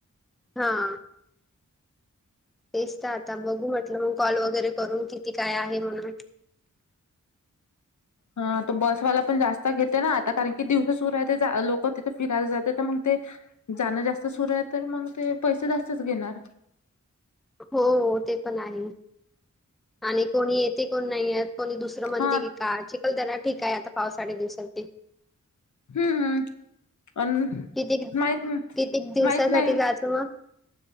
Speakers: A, in the centre; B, on the left.
A: हा. तेच तर आता बघू म्हटलं. मग कॉल वगैरे करून. किती? काय, आहे म्हणून?
B: हा, तो बसवाला पण जास्त घेते ना. आता कारण की, दिवसां सुरूय तेजा. ते लोक तिथे फिरायला जाते. तर मग ते जाणं जास्त सुरूय. तर मग, ते पैसं जास्तच घेणार.
A: हो, हो ते पण आहे. आणि कोणी येते. कोण नाही येत. कोणी दुस र म्हणते
B: हा
A: का काय? चिखलदरा ठीकाय. आता पावसाडे दिवसात ते.
B: हम्म अन
A: कितीक,
B: माहित
A: कितीक दिवसासाठी
B: माहित नाही
A: जायचं मग?